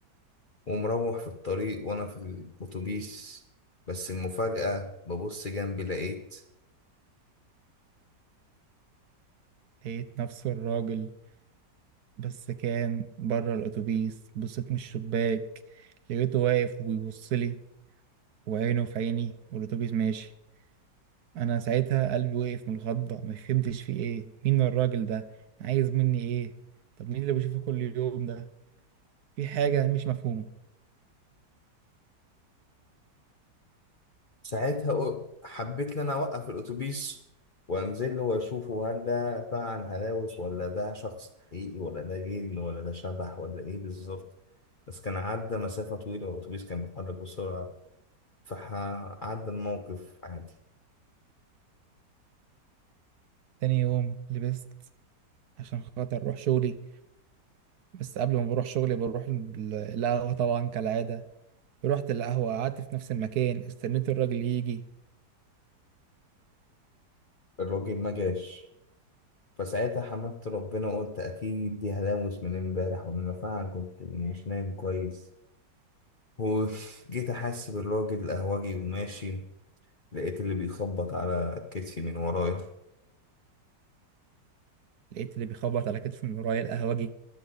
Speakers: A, on the left; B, on the right.
A: ومروح في الطريق وأنا في الأتوبيس بس المفاجأة ببص جنبي لقيت
B: لقيت نفس الراجل بس كان بره الأتوبيس بصيت من الشباك لقيته واقف وبيبص لي وعينه في عيني والأتوبيس ماشي أنا ساعتها قلبي وقف من الخضة ما فهمتش فيه إيه مين الراجل ده عايز مني إيه طب مين اللي بشوفه كل يوم ده في حاجة مش مفهومة
A: ساعتها قو- حبيت إن أنا أوقف الأتوبيس وأنزل له وأشوفه هل ده فعلا هلاوس ولا ده شخص حقيقي ولا ده جن ولا ده شبح ولا إيه بالظبط بس كان عدى مسافة طويلة والأتوبيس كان بيتحرك بسرعة فعدى الموقف عادي
B: تاني يوم لبست عشان خاطر أروح شغلي بس قبل ما بروح شغلي بروح ال- القهوة طبعا كالعادة رحت القهوة قعدت في نفس المكان استنيت الراجل يجي
A: الراجل ما جاش فساعتها حمدت ربنا وقلت أكيد دي هلاوس من امبارح وإن أنا فعلا كنت مش نايم كويس وجيت أحاسب الراجل القهوجي وماشي لقيت اللي بيخبط على كتفي من ورايا
B: لقيت اللي بيخبط على كتفي من ورايا القهوجي